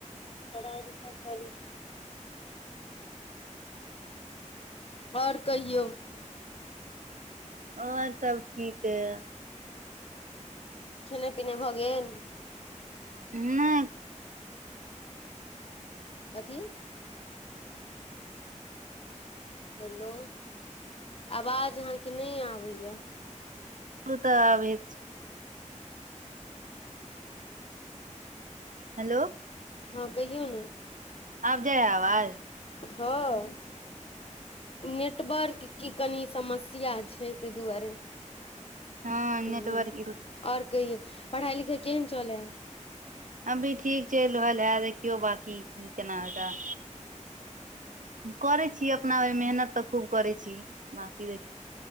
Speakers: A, on the left; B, on the right.
A: पढ़ाई लिखाई चलै आओर कहियौ
B: आओर सब ठीक यऽ
A: खेनाइ पिनाइ भऽ गेल
B: हुँ
A: कथी हेलो आवाज अहाँकेँ नय आबै यऽ
B: सुतअ आबै छै हेलो
A: हँ कहियौ नऽ
B: आब जाय यऽ आवाज
A: हँ नेटवर्क की कनि समस्या छै तैय दुआरे
B: हँ नेटवर्क
A: हुँ आओर कहियौ पढ़ाई लिखाई केहन चलै हे
B: अभी ठीक चइल रहल है देखियौ बाकी की-केना होतय करै छी अपना भैर मेहनत तऽ खूब करै छी बकी देख